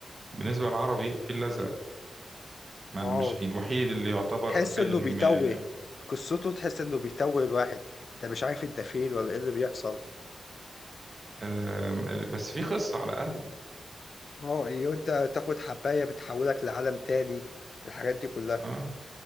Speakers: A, on the right; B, on the left.
A: بالنسبه للعربي الفيل الازرق ما
B: اه
A: مش الوحيد اللي يعتبر
B: تحس
A: فيلم
B: انه بيتوه
A: آه،
B: قصته تحس انه بيتوه الواحد انت مش عارف انت فين ولا ايه اللي بيحصل
A: آه، بس فيه قصه على الاقل
B: اه إيه وانت تاخد حباية بتحولك لعالم تاني والحاجات دي كلها
A: اه